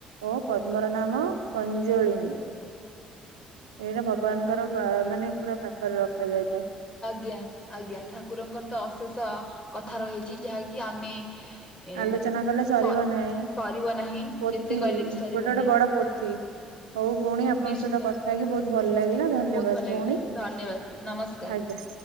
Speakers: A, on the right (about 75°); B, on the left (about 25°).
A: ଓ ପଦ୍ମର ନାମ କଞ୍ଜଳିନୀ। ଏଇଟା ଭଗବାନଙ୍କର ମାନେ ପୁରା ପାଖରେ ରଖାଯାଇଥାଏ।
B: ଆଜ୍ଞା ଆଜ୍ଞା ଠାକୁରଙ୍କର ତ ଅଶେଷ କଥା ରହିଛି ଯାହାକି ଆମେ ଏ
A: ଆଲୋଚନା କଲେ ସରିବ
B: ସ
A: ନାହିଁ
B: ସରିବ ନାହିଁ
A: ପୋଥି
B: ଯେତେ କହିଲେ
A: ଗୋଟେ
B: ବି ସରିବନି
A: ଗୋଟେ ବଡ ପୋଥି ହଉ ଭଉଣୀ ଆପଣଙ୍କ
B: ନିଶ୍ଚିନ୍ତ
A: ସହିତ କଥା ହେଇକି ବହୁତ ଭଲ ଲାଗିଲା ଧନ୍ୟବାଦ
B: ବହୁତ ଭଲ ଲାଗିଲା
A: ଭଉଣୀ
B: ଧନ୍ୟବାଦ ନମସ୍କାର।
A: ଆଜ୍ଞା।